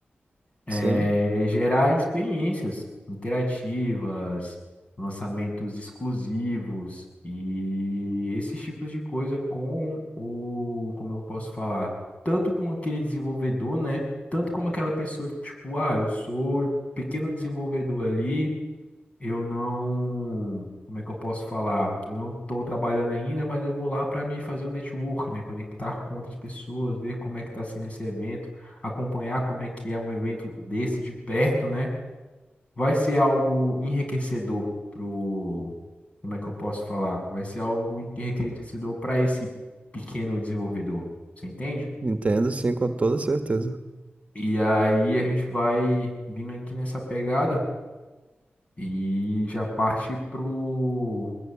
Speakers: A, on the left (about 35°); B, on the right (about 35°).
A: É,
B: Sim,
A: gerar experiências interativas, lançamentos exclusivos e esses tipos de coisa com o, como eu posso falar, tanto com aquele desenvolvedor, né? Tanto como aquela pessoa que, tipo, ah, eu sou pequeno desenvolvedor ali. Eu não, como é que eu posso falar? Eu não estou trabalhando ainda, mas eu vou lá para me fazer o network, né? Conectar com outras pessoas, ver como é que está sendo esse evento, acompanhar como é que é um evento desse de perto, né? Vai ser algo enriquecedor pro, como é que eu posso falar? Vai ser algo enriquecedor para esse pequeno desenvolvedor, você entende?
B: entendo, sim, com toda certeza.
A: E aí a gente vai vindo aqui nessa pegada e já parte pro